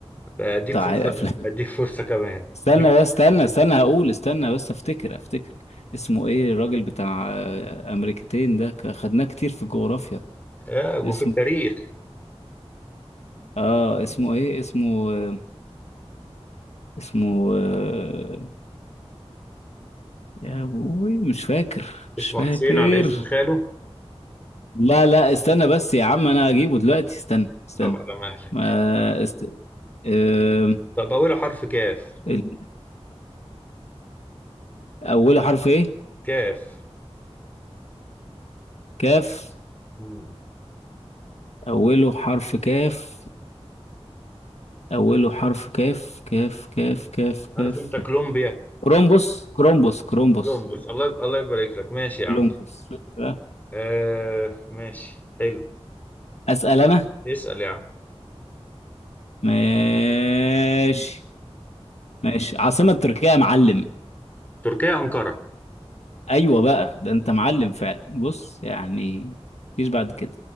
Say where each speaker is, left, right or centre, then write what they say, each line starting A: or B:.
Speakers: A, on the left; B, on the left.
A: اديك
B: بتاع
A: فرصه ك-
B: افلام
A: اديك
B: <laughs>
A: فرصه كمان
B: استنى
A: مين
B: بس استنى استنى هقول استنى بس افتكر افتكر اسمه ايه الراجل بتاع آه، امريكتين ده ك- خدناه كتير في الجغرافيا
A: آه وفي
B: اسمه
A: التاريخ
B: اه اسمه ايه اسمه آه، اسمه آه، يا ابوي مش فاكر مش
A: اسمه
B: فاكر
A: حسين على اسم خاله
B: لا لا استنى بس يا عم انا هجيبه دلوقتي استنى استنى
A: طب على مهلك
B: ما است... آم،
A: طب اوله حرف كاف
B: ال- أوله حرف إيه؟
A: كاف
B: كاف
A: مم.
B: أوله حرف كاف أوله حرف كاف كاف كاف كاف
A: عارف
B: كاف
A: انت كولومبيا
B: كرومبوس كرومبوس كرومبوس
A: كولومبوس الله الله يبارك لك ماشي يا
B: كولومبوس
A: عم
B: شفت بقى؟
A: آه ماشي حلو
B: أسأل أنا
A: اسأل يا عم
B: ماشي ماشي عاصمة تركيا يا معلم
A: تركيا أنقرة
B: أيوة بقى ده أنت معلم فعلا بص يعني مفيش بعد كده